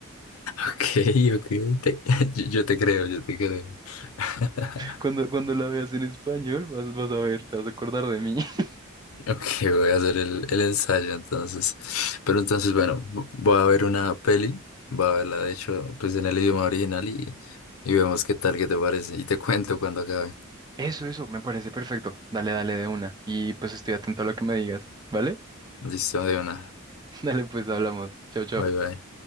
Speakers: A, on the left (about 80°); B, on the right (about 20°).
A: Ok, ok, te- <laughs> yo, yo te creo, yo te creo. <laughs>
B: Cuando, cuando la veas en español, vas, vas a ver, te vas a acordar de mí. <laughs>
A: Ok, voy a hacer el, el ensayo entonces. Pero entonces, bueno, vo- voy a ver una peli, voy a verla de hecho, pues en el idioma original y, y vemos qué tal, qué te parece. Y te cuento cuando acabe.
B: Eso, eso, me parece perfecto. Dale, dale de una. Y pues estoy atento a lo que me digas, ¿vale?
A: Listo, de una.
B: <laughs> Dale, pues hablamos. Chao, chao.
A: Bye bye.